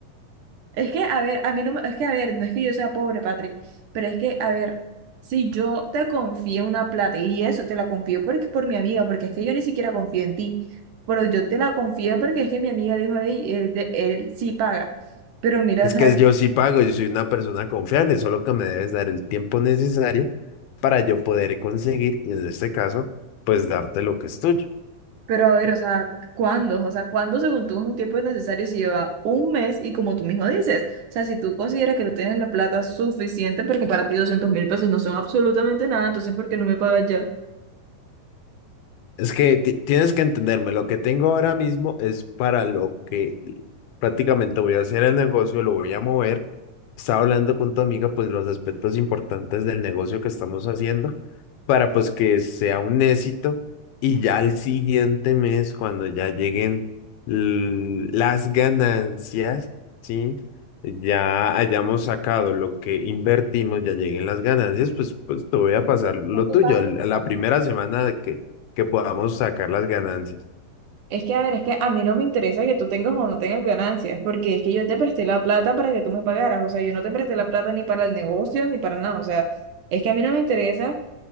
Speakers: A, on the right; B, on the left.
A: Es que, a ver, a mí no me, es que, a ver, no es que yo sea pobre, Patrick, pero es que, a ver, si yo te confío una plata y eso te la confío porque por mi amiga, porque es que yo ni siquiera confío en ti, pero yo te la confío porque es que mi amiga dijo, "Ey, él, de, él sí paga, pero mira,
B: Es
A: o sea,
B: que yo sí pago, yo soy una persona confiable, solo que me debes dar el tiempo necesario para yo poder conseguir, y en este caso, pues darte lo que es tuyo.
A: pero a ver, o sea, ¿cuándo? O sea, ¿cuándo según tú es un tiempo necesario si lleva un mes y como tú mismo dices, o sea, si tú consideras que tú tienes la plata suficiente porque para ti doscientos mil pesos no son absolutamente nada, entonces ¿por qué no me pagas ya?
B: Es que ti- tienes que entenderme, lo que tengo ahora mismo es para lo que prácticamente voy a hacer el negocio, lo voy a mover. Estaba hablando con tu amiga, pues los aspectos importantes del negocio que estamos haciendo para pues que sea un éxito y ya al siguiente mes, cuando ya lleguen l- las ganancias, ¿sí? Ya hayamos sacado lo que invertimos, ya lleguen las ganancias, pues, pues te voy a
A: Es
B: pasar
A: que, es
B: lo
A: que,
B: tuyo.
A: Paco,
B: Al- A la primera semana que que podamos sacar las ganancias.
A: Es que, a ver, es que a mí no me interesa que tú tengas o no tengas ganancias, porque es que yo te presté la plata para que tú me pagaras, o sea, yo no te presté la plata ni para el negocio ni para nada, o sea, es que a mí no me interesa